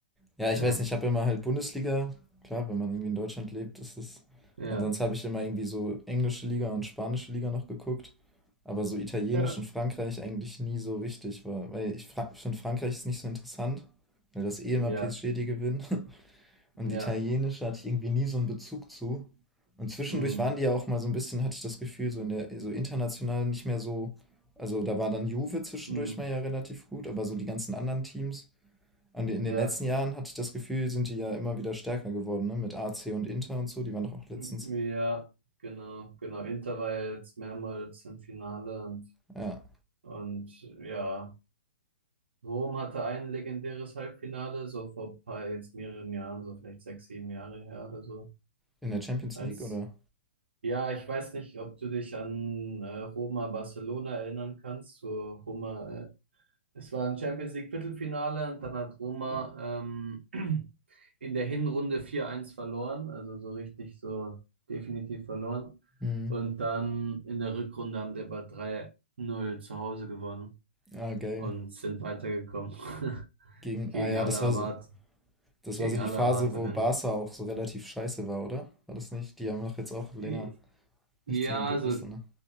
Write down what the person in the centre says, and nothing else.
Ja, ich
weiß nicht, ich habe immer halt Bundesliga. Klar, wenn man irgendwie in Deutschland lebt, ist es.
Und sonst habe ich immer irgendwie so englische Liga und spanische Liga noch geguckt. Aber so italienisch
und Frankreich eigentlich nie so richtig war. Weil ich fra finde, Frankreich ist nicht so interessant, weil das eh
immer PSG die gewinnen. <laughs> Und
italienisch hatte ich irgendwie nie so einen Bezug zu. Und zwischendurch
waren die ja auch mal so ein bisschen, hatte ich das Gefühl, so in der, so international nicht mehr so. Also da war dann Juve zwischendurch
mal ja relativ gut, aber so die ganzen anderen Teams an den- In
den letzten Jahren hatte ich das Gefühl, sind die ja immer wieder stärker geworden, ne? Mit AC und Inter und so. Die waren doch auch letztens.
Ja.
In der Champions
League, oder?
Hm.
Ah, geil.
Gegen.
Ah ja,
das
war so. Das
war so die
Phase,
wo Barca auch so relativ scheiße war, oder? War das nicht? Die haben doch jetzt auch länger
nichts mehr gerissen,
ne?